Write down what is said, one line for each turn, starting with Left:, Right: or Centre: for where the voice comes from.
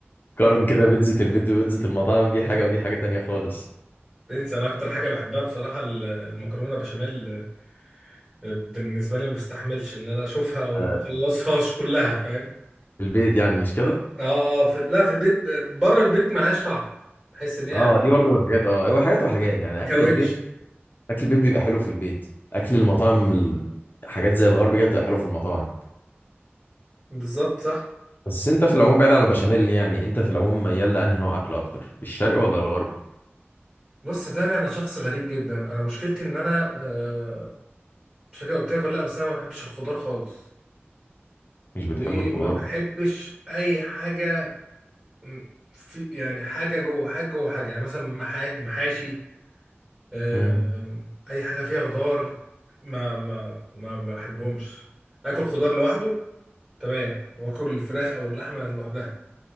Left: قارن كده بيتزا البيت وبيتزا المطاعم دي حاجة ودي حاجة تانية خالص
Right: انسى انا اكتر حاجه بحبها بصراحه ال- المكرونه بشاميل آه، بالنسبه لي ما بستحملش ان انا اشوفها ومخلصهاش
Left: آه،
Right: كلها فاهم
Left: البيت يعني مش كده؟
Right: اه اه في... لا في البيت بره البيت ملهاش طعم تحس ان هي
Left: اه دي برضه من الحاجات اه هو حاجات وحاجات يعني اكل
Right: كاوتش
Left: البيت اكل البيت بيبقى حلو في البيت اكل المطاعم ال- حاجات زي الغرب كده بتبقى حلو في المطاعم
Right: بالظبط صح
Left: بس انت في العموم بعيد عن البشاميل يعني انت في العموم ميال لانهي نوع اكل اكتر الشرقي ولا الغربي
Right: بص صدقني انا شخص غريب جدا انا مشكلتي ان انا آه، مش فاكر قلت لك ولا لا بس انا ما بحبش الخضار خالص
Left: مش بتحب
Right: وما
Left: الخضار
Right: بحبش اي حاجه م- في يعني حاجه جوه حاجه جوه حاجه يعني مثلا محا- محاشي آه،
Left: امم
Right: اي حاجه فيها خضار ما ما ما بحبهمش اكل خضار لوحده تمام واكل الفراخ او اللحمه لوحدها